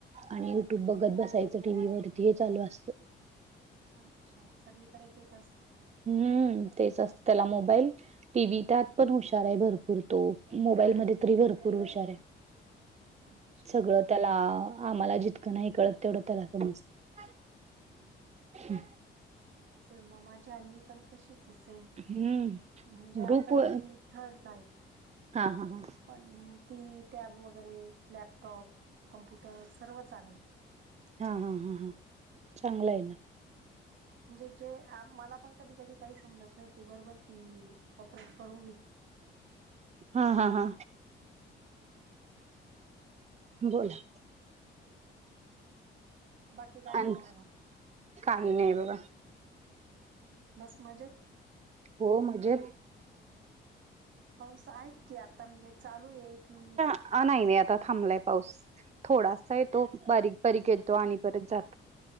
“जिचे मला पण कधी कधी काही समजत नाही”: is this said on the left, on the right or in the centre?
Right